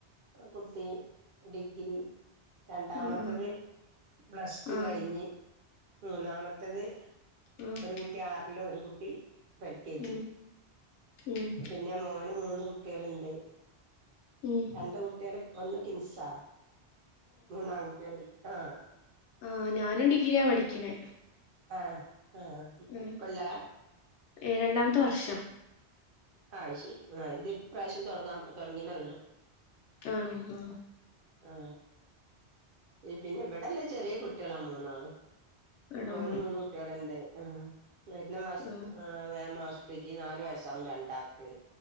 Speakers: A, on the right; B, on the left.
A: കുട്ടി ഡിഗ്രി രണ്ടാമത്തത്
B: ആഹ്
A: പ്ലസ്ടു
B: ആഹ്
A: കഴിഞ്ഞ് മൂന്നാമത്തത്
B: ആഹ്
A: ഒരു കുട്ടി ആറിലും ഒരു കുട്ടി പ്പ ൽകെജി
B: ഉം ഉം
A: പിന്നെ മോന് മൂന്ന് കുട്ടികൾണ്ട്
B: ഉം
A: രണ്ട് കുട്ടിയാൽ ഒന്ന് കിൻസാ മൂന്നാകുട്ടിയാലൈ ആ
B: ആ ഞാനും ഡിഗ്രിയ പഠിക്കണേ
A: ആഹ് ആ
B: ഉം
A: ഇക്കൊല്ല
B: ഏഹ് രണ്ടാമത്തെ വർഷം.
A: അത് ശരി ആ ഇത് പ്രാവശ്യം തുടങ്ങാൻ തുടങ്ങിയുന്നേ ഉള്ളൂ.
B: ആണോ? ആഹ്
A: ആ പിന്നെ ഇവിടല്ലേ ചെറിയ കുട്ടിയാളാ മൂന്നാളും.
B: ആണോ
A: മോന് മൂന്ന് കുട്ടികളുണ്ട് ആഹ് വരുന്ന മാസ
B: ആഹ്
A: ആ വേ മാസത്തേക് നാല് വയസാവും രണ്ടാക്ക്.